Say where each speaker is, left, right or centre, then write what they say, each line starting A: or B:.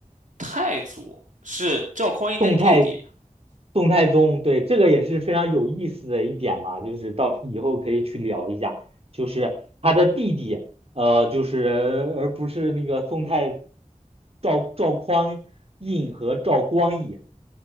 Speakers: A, on the right; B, on the right.
A: 太祖是赵匡胤的弟弟。
B: 动态动态宗，对，这个也是非常有意思的一点嘛，就是到以后可以去聊一下，就是他的弟弟，呃，就是而不是那个宋太赵赵匡胤和赵光义，